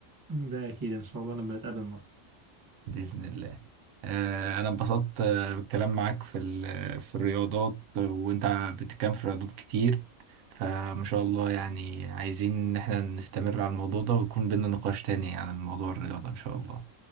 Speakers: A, on the right; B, on the right.
A: ده أكيد إن شاء الله لما نتقابل
B: بإذن الله آه، أنا انبسطت آه، بالكلام معاك في ال- في الرياضات وأنت بتتكلم في رياضات كتير فما شاء الله يعني عايزين إن احنا نستمر على الموضوع ده ويكون بينا نقاش تاني عن الموضوع الرياضة إن شاء الله